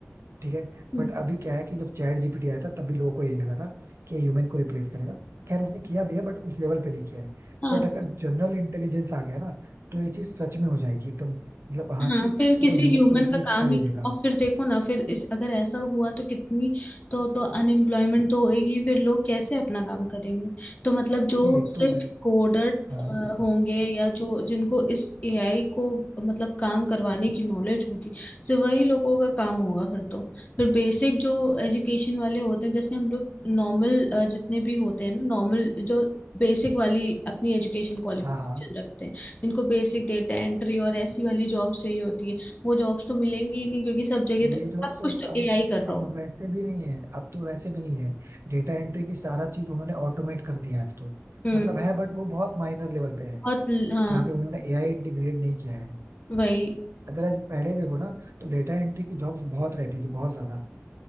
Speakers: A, on the right; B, on the left.
A: ठीक है
B: हम्म।
A: बट अभी क्या है कि जब चैट जीपीटी आया था तब भी लोगों को यही लगा था कि ये ह्यूमन को रिप्लेस करेगा खैर उसने किया भी है बट उस लेवल पे नहीं किया है
B: हाँ
A: बट अगर जनरल इंटेलिजेंस आ गया ना तो ये चीज सच में हो जाएगी एकदम मतलब हाँ
B: हाँ
A: कि
B: फिर
A: वो
B: किसी
A: ह्यूमन
B: ह्यूमन
A: को रिप्लेस
B: का काम
A: कर
B: नहीं
A: ही देगा
B: और फिर देखो ना फिर इस अगर ऐसा हुआ तो कितनी तो तो अनएम्प्लॉयमेंट तो होएगी फिर लोग कैसे अपना काम करेंगे तो मतलब जो
A: नहीं एक
B: सिर्फ
A: तो वैसे
B: कोडर
A: हाँ
B: होंगे या जो जिनको इस एआई को मतलब काम करवाने की नॉलेज होगी सिर्फ वही लोगों का काम होगा फिर तो फिर बेसिक जो एजुकेशन वाले होते हैं जैसे हम लोग नॉर्मल जितने भी होते हैं ना नॉर्मल जो बेसिक वाली अपनी एजुकेशन क्वालिफिकेशन
A: हाँ हाँ
B: रखते हैं जिनको बेसिक डेटा एंट्री और ऐसी वाली जॉब चाहिए होती है वो जॉब्स तो मिलेंगी ही नहीं क्योंकि सब जगह
A: ये
B: तो
A: जॉब
B: सब
A: सब
B: कुछ तो
A: अब
B: एआई कर रहा
A: अब
B: होगा
A: वैसे भी नहीं है अब तो वैसे भी नहीं है डेटा एंट्री की सारा चीज उन्होंने ऑटोमेट कर दिया है अब तो
B: हम्म
A: मतलब है बट वो बहुत माइनर लेवल पे है
B: बहुत हाँ
A: जहाँ पे उन्होंने एआई इंटीग्रेट नहीं किया है
B: वही
A: अगर आज पहले देखो ना तो डेटा एंट्री की जॉब्स बहुत रहती थी बहुत ज्यादा